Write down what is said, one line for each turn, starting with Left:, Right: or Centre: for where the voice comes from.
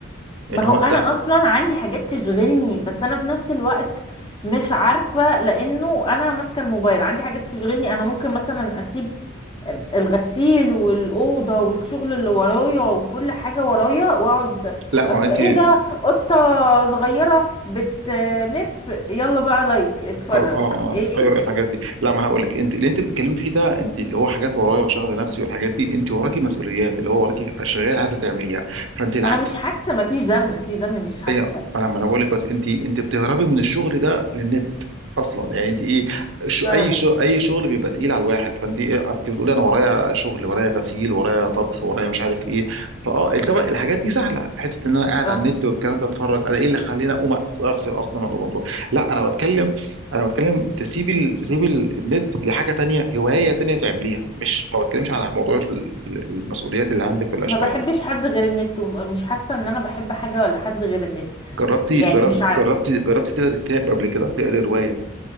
Left: ما
Right: ان
Left: هو
Right: هو
Left: أنا
Right: ده
Left: أصلا عندي حاجات تشغلني بس أنا في نفس الوقت مش عارفة لأنه أنا ماسكة الموبايل عندي حاجات تشغلني أنا ممكن مثلا أسيب الغسيل والأوضة والشغل اللي ورايا وكل حاجة ورايا وأقعد
Right: لا ما
Left: أصل
Right: هو انت
Left: إيه ده قطة صغيرة بتنف يلا بقى لايك اتفرج
Right: اه اه اه
Left: إيه
Right: ايوه الحاجات دي لا ما انا هقول لك انت اللي انت بتتكلمي فيه ده انت اللي هو حاجات ورايا وشغل نفسي والحاجات دي انت وراكي مسؤوليات اللي هو وراكي اشغال عايزه تعمليها فانت العكس
Left: ما أنا مش حاسة مفيش دم مفيش دم مش حاسة
Right: ايه ما انا ما انا بقول لك بس انت انت بتهربي من الشغل ده للنت اصلا يعني انت ايه شو
Left: فعلا
Right: اي شو اي شغل بيبقى تقيل على الواحد فانت إيه انت بتقولي انا ورايا شغل ورايا غسيل ورايا طبخ ورايا مش عارف ايه فاه طبعا الحاجات دي سهله حته ان انا قاعد
Left: اه
Right: على النت والكلام ده اتفرج انا ايه اللي خليني اقوم أغس- اغسل اصلا ولا أقوم أطبخ؟ لا انا بتكلم انا بتكلم تسيبي ال- تسيبي ال- النت لحاجه تانية هوايه تانية تعمليها مش ما بتكلمش على موضوع ال- ال- المسؤوليات اللي عندك والاشغال
Left: ما بحبش حد غير النت ومش حاسة إن أنا بحب حاجة ولا حد غير النت
Right: جربتي
Left: يعني
Right: جربتي
Left: مش عارفة
Right: جربتي جربتي تقري كتاب قبل كده تقري روايه